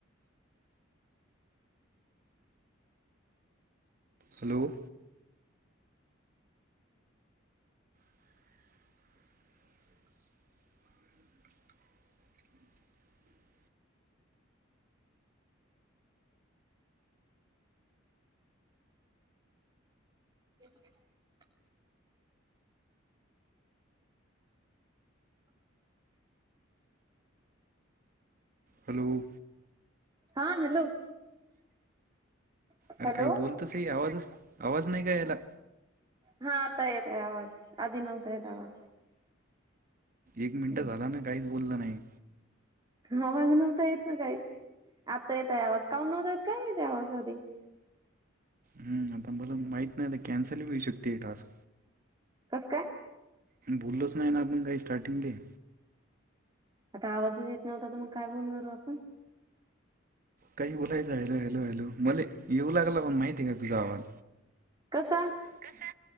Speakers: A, on the right; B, on the right.
A: Hello. <inaudible> <inaudible>
B: <inaudible>
A: Hello.
B: हां हॅलो.
A: अरे
B: हॅलो
A: काही बोलत सई आवाजच आवाज नाही का याला.
B: हा आता येत आहे आवाज आधी नव्हता येत आवाज.
A: एक मिनिट
B: हम्म
A: झाला ना काहीच बोललं नाही.
B: आवाज नव्हता येत ना काही आत्ता येत आहे आवाज काऊन नव्हता येत काय मी त्या आवाज आधी.
A: हम्म आता मला माहीत नाही आता कॅन्सल बी होऊ शकते हे टास्क.
B: कसं का?
A: बोललच नाही ना आपण काही स्टार्टिंग ते.
B: आता आवाजच येत नव्हता तर मग काय बोलणार हो आपण.
A: काही बोलायचं हॅलो हॅलो हॅलो मले येऊ लागला पण माहिती नाही तुझा आवाज.
B: कसां?
A: कसा